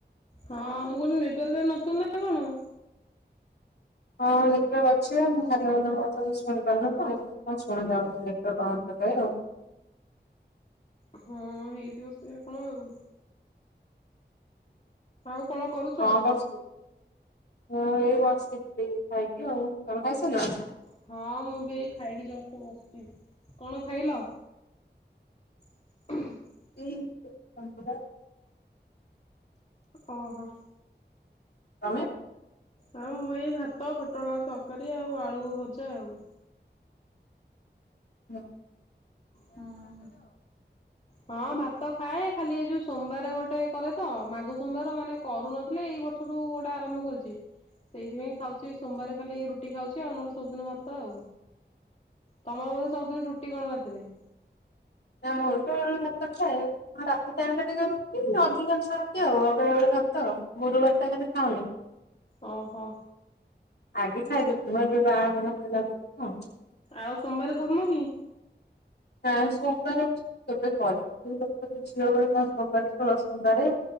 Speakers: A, on the left; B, on the left.
A: ହଁ ମୁଁ କହିଲି ନେଟୱାର୍କରେ ନଥିଲ ନା କଣ?
B: ହଁ ନେଟୱାର୍କ ପା ଅଛି ମୁଁ ହାଲୋ ହାଲୋ କୋହୁଚି ତମେ କିଛି ଶୁଣି ପାରୁନ ତ <inaudible> କଣ ଶୁାଣା ଯାଉନି ନେଟୱାର୍କ ପାଉ ନଥିବ ପ୍ରାୟ ଆଉ।
A: ହଁ ହେଇଥିବ ସେଇୟା କଣ ଆଉ। ଆଉ କଣ କରୁ
B: କଣ କରୁଥୁଲୁ ମୁଁ ଏଇ ବସିଥିଲି ଖାଇକି ଆଉ। ତମେ ଖାଇସାରିଲଣି?
A: ଓ ହୋ ହଁ ମୁଁ ବି ଏଇ ଖାଇକି ଜଷ୍ଟ ବସଚି। କଣ ଖାଇଲ? <unintelligible>
B: କି <inaudible>
A: ଓହୋ।
B: ତମେ।
A: ଆଉ ମୁଁ ଏଇ ଭାତ ପୋଟଳ ତରକାରୀ ଆଉ ଆଳୁ ଭଜା ଆଉ।
B: ନା।
A: ହଁ। ହଁ ଭାତ ଖାଏ ଖାଲି ଏ ଯୋଉ ସୋମବାର ଗୋଟେ କରେ ତ ମାଘ ସୋମବାର ମାନେ କରୁନଥିଲି ଏଇ ବ ସଠୁ ଗୋଟେ ଆରମ୍ଭ କରିଚି। ସେଇଥିପାଇଁ ଖାଉଛି ସୋମବାର ଖାଲି ରୁଟି ଖାଉଛି ଆଉ ନହେଲେ ସବୁଦିନ ଭାତ ଆଉ। ତମର ବଧେ ସବୁଦିନ ରୁଟି କଣ ରାତିରେ।
B: ନା ମୁଁ ତ ଭାତ ଖାଏ। ହଁ ରାତି ଟାଇମ ଟା ଟିକେ ରୁଟି ଅଧିକାଂଶ ରାତି ଆଉ ବେଳେବେଳେ ଭାତ ଆଉ। ଗୁରୁବାର ଟା ଖାଲି ଖାଉନି।
A: ଓହୋ।
B: ଆଗେ ଖାଇଦଉଥିଲୁ ଏବେ ବାହାଘର <unintelligible>
A: ଆଉ ସୋମବାର କରୁନ କି।
B: ପ୍ରାୟ ସୋମବାର କେବେ କରିିବି ଯୋଉ ଲୋକଙ୍କ ଝିଅ ବେଳୁ ସୋମବାର ଷୋଳ ସୋମବାରେ।